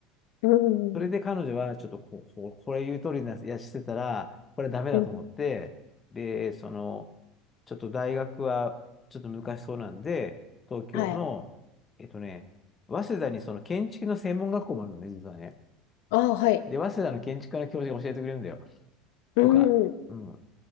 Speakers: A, on the left; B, on the left.
A: うん
B: それで彼女はちょっとこう、こうこれ言う通りな、やしてたら、これダメだと思って、
A: うん、
B: で、その、ちょっと大学はちょっと難しそうなんで、東京の、
A: はい。
B: えっとね、早稲田にその建築の専門学校もあるのね、実はね。
A: ああ、はい。
B: で、早稲田の建築科の教授が教えてくれるんだよ。
A: うん。
B: とか、うん。